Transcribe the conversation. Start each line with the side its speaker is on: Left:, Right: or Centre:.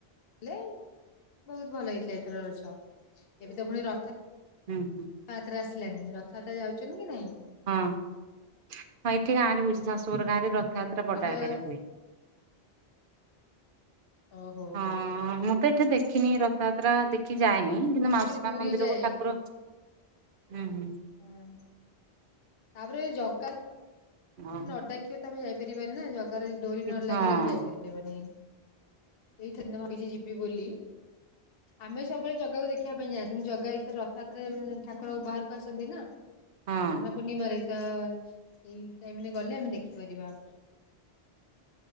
Left: ବହୁତ ଭଲ ହେଇଥିଲା ଏଥର ରଜ ଏବେ ତ ପୁଣି ରଥ
Right: ହୁଁ।
Left: ରଥଯାତ୍ରା ଆସିଲାଣି ରଥଯାତ୍ରା ଯାଉଛନ୍ତି କି ନାଇଁ?
Right: ହଁ ହଁ ଏଠି ଗାଁରେ ହଉଛି ଶାଶୁଘର ଗାଁରେ ରଥଯାତ୍ରା ବଡ଼
Left: ରଥ
Right: ଆକାରରେ
Left: ଯାଉ
Right: ହୁଏ।
Left: ଓ ହଉ
Right: ହଁ
Left: ହଉ।
Right: ମୁଁ ତ ଏଠି ଦେଖିନି ରଥଯାତ୍ରା ଦେଖି ଯାଏନି କିନ୍ତୁ ମାଉସୀ
Left: ସେ ପୁରୀ
Right: ମା ମନ୍ଦିରକୁ
Left: ଯାଏ।
Right: ଠାକୁର ହୁଁ ହୁଁ।
Left: ହଁ ତାପରେ ଜଗା
Right: ହଉ
Left: ଯଦି ନ ଡାକିବ ତମେ ଯାଇପାରିବନି ନା ଜାଗାର ଡୋରି
Right: କିଛି
Left: ନ ଲାଗିଲା
Right: ହଁ
Left: ମାନେ ଯାଇପାରିବନି। ଏଇ ଥର ତ ଭାବିଚି ଯିବି ବୋଲି। ଆମେ ସବୁବେଳେ ଜାଗାକୁ ଦେଖିବା ପାଇଁ ଯାଆନ୍ତି ଜାଗା ଏଇଥରେ ରଥଯାତ୍ରରେ ମାନେ ଠାକୁର ବାହାରକୁ ଆସନ୍ତି ନା। ସ୍ନାନ
Right: ହଁ
Left: ପୁର୍ଣିମାରେ ତ ଏଇ ଟାଇମରେ ଗଲେ ଆମେ ଦେଖିପାରିବା।